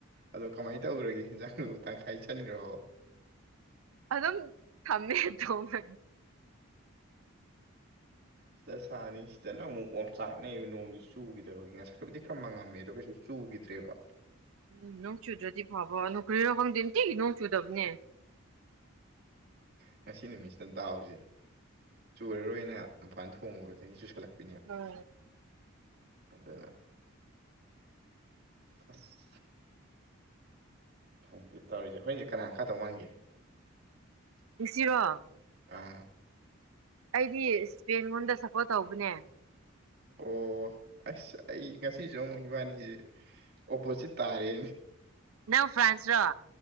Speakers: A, on the right; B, on the right.
A: ꯑꯗꯣ ꯀꯃꯥꯏꯅ ꯇꯧꯈ꯭ꯔꯒꯦ ꯍꯟꯖꯥꯡꯗꯨꯕꯨ ꯇꯪꯈꯥꯏ ꯆꯟꯈ꯭ꯔꯣ
B: ꯑꯗꯨꯝ ꯊꯝꯃꯦ ꯊꯣꯉꯒ
A: ꯁꯤꯗ ꯁꯥꯅꯤ ꯁꯤꯗꯅ ꯑꯃꯨꯛ ꯑꯣꯝꯆꯥꯛꯅꯩꯑꯕ ꯅꯣꯡꯗꯤ ꯆꯨꯈꯤꯗꯕꯒꯤ ꯉꯁꯥꯏꯕꯨꯗꯤ ꯈꯔ ꯃꯉꯝꯃꯦ ꯑꯗꯣ ꯀꯩꯁꯨ ꯆꯨꯈꯤꯗ꯭ꯔꯦꯕ
B: ꯎꯝ ꯅꯣꯡ ꯆꯨꯗ꯭ꯔꯗꯤ ꯐꯕ ꯀꯔꯤꯒꯤꯅꯣ ꯈꯪꯗꯦ ꯅꯨꯡꯇꯤꯒꯤ ꯅꯣꯡ ꯆꯨꯗꯕꯅꯦ
A: ꯉꯁꯤ ꯅꯨꯃꯤꯠꯁꯤꯗ ꯗꯥꯎꯁꯦ ꯆꯨꯔꯔꯣꯏꯅ ꯃꯄꯥꯟ ꯊꯣꯡꯉꯨꯕꯗꯒꯤ ꯆꯨꯁꯜꯂꯛꯄ
B: ꯎꯝ
A: ꯑꯗꯨꯒ <unintelligible> ꯈꯪꯗꯦ ꯇꯧꯔꯤꯁꯦ ꯍꯣꯏꯅꯦ ꯀꯅꯥ ꯀꯇꯧ ꯃꯥꯟꯒꯦ
B: ꯉꯁꯤꯔꯣ
A: ꯑꯥ
B: ꯑꯩꯗꯤ ꯏꯁꯄꯦꯟ ꯂꯣꯟꯗ ꯁꯞꯄꯣꯔꯠ ꯇꯧꯕꯅꯦ
A: ꯑꯣ ꯑꯁ ꯑꯩ ꯉꯁꯤꯁꯨ ꯑꯃꯨꯛ ꯏꯕꯥꯅꯤꯁꯦ ꯑꯣꯄꯣꯖꯤꯠ ꯇꯥꯔꯦ
B: ꯅꯪ ꯐ꯭ꯔꯥꯟꯁ ꯔꯣ